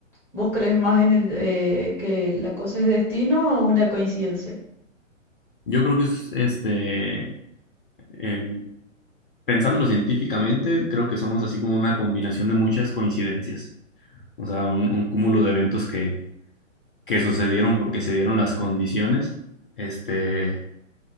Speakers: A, in the centre; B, on the left.
A: ¿Vos crees más en el eh, que la cosa es destino o una coincidencia?
B: Yo creo que es, este, el- pensándolo científicamente, creo que somos así como una combinación de muchas coincidencias. O sea, un, un cúmulo de eventos que, que sucedieron porque se dieron las condiciones, este,